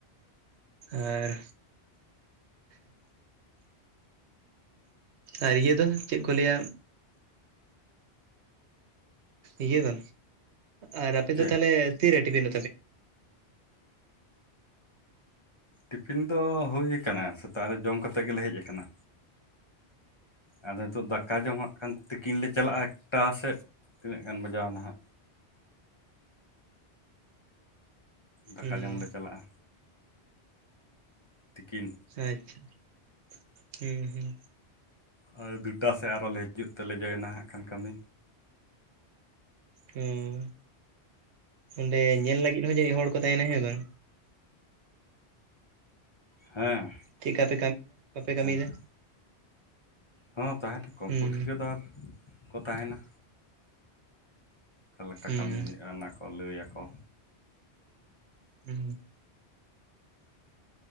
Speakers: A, on the right (about 80°); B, on the left (about 25°).
A: ᱟᱨ ᱟᱨ ᱤᱭᱟᱹ ᱫᱚ ᱪᱮᱫ ᱠᱚ ᱞᱟᱹᱭᱟ ᱤᱭᱟᱹ ᱫᱚ ᱟᱨ ᱟᱯᱮ
B: ᱪᱮᱫ
A: ᱫᱚ ᱛᱟᱦᱚᱞᱮ ᱛᱤᱨᱮ ᱴᱤᱯᱷᱤᱱ ᱫᱚ ᱛᱟᱯᱮ
B: ᱴᱤᱯᱷᱤᱱ ᱫᱚ ᱦᱩᱭ ᱟᱠᱟᱱᱟ ᱥᱮᱛᱟᱜ ᱨᱮ ᱡᱚᱢ ᱠᱟᱛᱮ ᱜᱮᱞᱮ ᱦᱮᱡ ᱟᱠᱟᱱᱟ ᱟᱫᱚ ᱱᱤᱛᱚᱜ ᱫᱟᱠᱟ ᱡᱚᱢ ᱦᱟᱸᱜ ᱠᱷᱟᱱ ᱛᱤᱠᱤᱱ ᱞᱮ ᱪᱟᱞᱟᱜᱼᱟ ᱮᱠᱴᱟ ᱥᱮᱫ ᱛᱤᱱᱟᱹᱜ ᱜᱟᱱ ᱵᱟᱡᱟᱣ ᱱᱟ ᱦᱟᱸᱜ ᱫᱟᱠᱟ
A: ᱦᱩᱸ
B: ᱡᱚᱢ ᱞᱮ ᱪᱟᱞᱟᱜᱼᱟ ᱛᱤᱠᱤᱱ
A: ᱟᱪᱪᱷᱟ <inaudible> ᱦᱢ ᱦᱢ
B: ᱦᱚᱭ ᱫᱩᱴᱟ ᱥᱮᱫ ᱟᱨᱦᱚᱞᱮ ᱦᱤᱡᱩᱜ ᱛᱮᱞᱮ ᱡᱚᱭᱮᱱᱟ ᱦᱟᱸᱜ ᱠᱷᱟᱱ ᱠᱟᱹᱢᱤ
A: ᱦᱩᱸ ᱚᱸᱰᱮ ᱧᱮᱞ ᱞᱟᱹᱜᱤᱫ ᱦᱚᱸ ᱡᱟᱹᱱᱤᱡ ᱦᱚᱲ ᱠᱚ ᱛᱟᱦᱮᱱᱟ ᱦᱮᱸ ᱵᱟᱝ
B: ᱦᱮᱸ
A: ᱪᱮᱫᱠᱟ ᱛᱮ <inaudible> ᱵᱟᱯᱮ ᱠᱟᱹᱢᱤᱭ
B: ᱛᱟᱦᱮᱱᱟᱠᱚ
A: ᱫᱟ
B: ᱦᱚᱸ ᱛᱟᱦᱮᱱᱟᱠᱚ ᱩᱱᱠᱩ
A: ᱦᱩᱸ
B: ᱴᱷᱤᱠᱟᱹᱫᱟᱨ ᱠᱚ ᱛᱟᱦᱮᱱᱟ ᱚᱠᱟ ᱞᱮᱠᱟ
A: ᱦᱩᱸ
B: ᱠᱟᱹᱢᱤ ᱦᱩᱭᱩᱜᱼᱟ ᱚᱱᱟᱠᱚ ᱞᱟᱹᱭᱟᱠᱚ
A: ᱦᱩᱸ